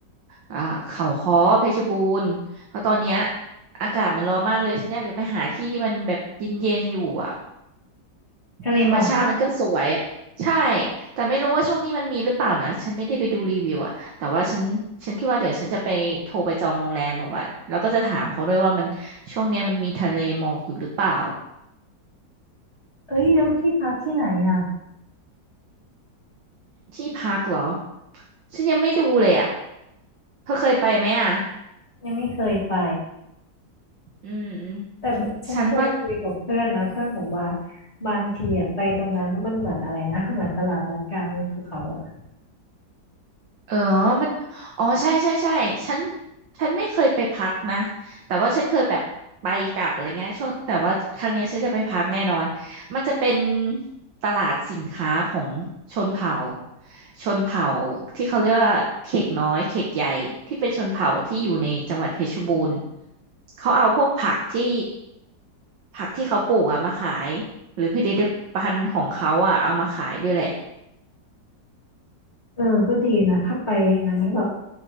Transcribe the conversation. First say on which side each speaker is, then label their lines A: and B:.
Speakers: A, on the right; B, on the left.
A: อ่าเขาค้อเพชรบูรณ์เพราะตอนเนี้ยอากาศมันร้อนมากเลยฉันอยากจะไปหาที่ที่มันแบบเย็นๆอยู่อ่ะ
B: ๆทะเลหมอกปะ
A: ธรรมชาติมันก็สวยอะใช่แต่ไม่รู้ว่าช่วงนี้มันมีหรือเปล่านะฉันไม่ได้ไปดูรีวิวอ่ะแต่ว่าฉันฉันคิดว่าเดี๋ยวฉันจะไปโทรไปจองโรงแรมแบบว่าแล้วก็จะถามเขาด้วยว่ามันช่วงเนี้ยมันมีทะเลหมอกอยู่หรือเปล่า
B: เอ้ยแล้วที่พักที่ไหนอ่ะ
A: ที่พักเหรอฉันยังไม่ดูเลยอ่ะเธอเคยไปไหมอ่ะ
B: ยังไม่เคยไป
A: อืมฉันว่า
B: แต่ฉันเคยคุยกับเพื่อนนะเพื่อนบอกว่าบางทีอะไปตรงนั้นมันเหมือนอะไรนะเหมือนตลาดนัดกลางภูเขาอ่ะ
A: เออ มันอ๋อใช่ใช่ใช่ฉันฉันไม่เคยไปพักนะแต่ว่าฉันเคยแบบไปกลับอะไรเงี้ยช่วงแต่ว่าครั้งเนี้ยฉันจะไปพักแน่นอนมันจะเป็นตลาดสินค้าของชนเผ่า ชนเผ่าที่เขาเรียกว่าเขกน้อยเขกใหญ่ที่เป็นชนเผ่าที่อยู่ในจังหวัดเพชรบูรณ์เขาเอาพวกผักที่ ผักที่เขาปลูกอะมาขาย หรือผลิตภัณฑ์ของเขาอะเอามาขายด้วยแหละ
B: เออก็ดีนะถ้าไปอย่างนั้นก็แบบ